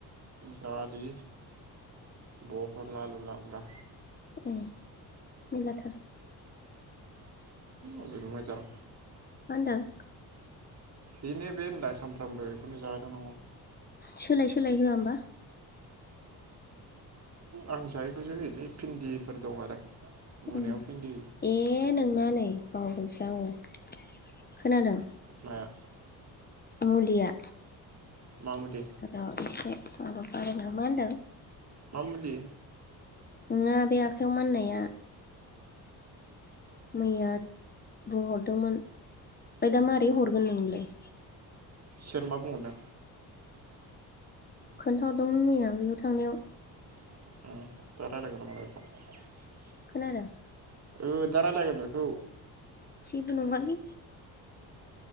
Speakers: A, on the right; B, on the left.
A: दालि बहल आलु लाब्रा।
B: ए मेलाथार
A: अबेनि मोजां
B: मा होनदों?
A: बेनो बे होनलाय सानफ्रामबो बेखौनो जाहो <unintelligible>
B: सोलाय सोलाय होआ होमबा?
A: आं जायैखौसो होयोलै भिन्दिफोर दं आरो मोनायाव
B: उम
A: भिन्दि
B: ए नोंना नै बावदोंसो, दां, खोनादों,
A: माया
B: मुलिया
A: मामुलि
B: र' एसे <unintelligible> मा होनदों?
A: मा मुलि?
B: नोंना बे आखाइयाव माननाया, मैया बुंहरदोंमोन ओमफाय दा मारै हरगोन नोंनोलाय?
A: सोर मा बुंहरदों?
B: खोन्थाहरदोंमोन मैया बैयाव थांनायाव।
A: <unintelligible>
B: खोनादों?
A: ओ दा रालायगोन बेखौ,
B: जेबो नङालि‌,